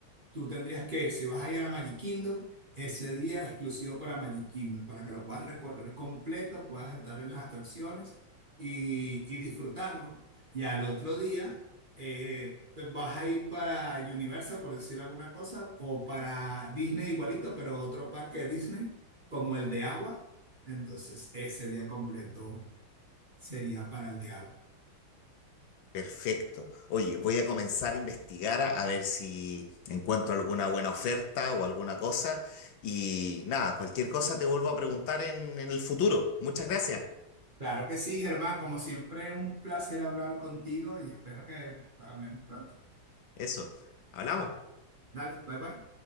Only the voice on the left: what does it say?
Perfecto. Oye, voy a comenzar a investigar a, a ver si encuentro alguna buena oferta o alguna cosa. Y nada, cualquier cosa te vuelvo a preguntar en, en el futuro. Muchas gracias.
Eso. Hablamos.